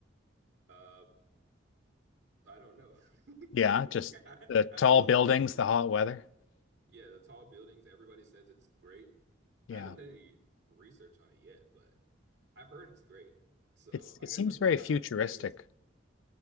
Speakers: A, on the right (about 60°); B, on the left (about 80°).
A: uh, I don't know. <laughs>
B: Yeah, just
A: I
B: the
A: have
B: tall
A: to do a
B: buildings,
A: little bit more research.
B: the hot weather.
A: Yeah, the tall buildings, everybody says it's great.
B: Yeah.
A: I haven't done any research on it yet, but I've heard it's great. So
B: It's
A: I
B: it seems
A: guess I'm
B: very
A: just kind
B: futuristic.
A: of curious.